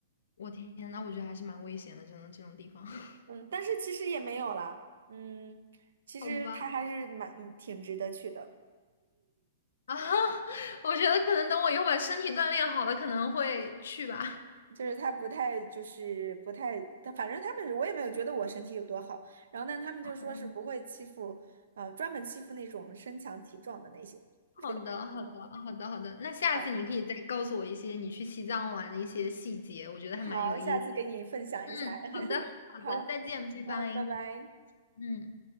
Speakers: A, on the left; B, on the right.
A: 我天那我觉得还是蛮危险的，真的这种地方。<laughs>
B: 嗯，但是其实也没有了，嗯，其实它还是蛮，
A: 好吧。
B: 嗯挺值得去的，
A: <laughs> 啊，我觉得可能等我以后把身体锻炼好了，可能会去吧。
B: 就是它不太就是不太，它反正他们我也没有觉得我身体有多好，然后但他们就说是不会欺负，
A: 哦，
B: 呃，专门欺负那种身强体壮的那些。<laughs>
A: 好的，好的，好的，好的。那下次你可以再告诉我一些你去西藏玩的一些细节，
B: 啊。
A: 我觉得还蛮有意思。
B: 好，下次给你分享一下。
A: 嗯，
B: <laughs>
A: 好的，好的，
B: 好，
A: 再见，拜拜。
B: 嗯，拜拜。
A: 嗯。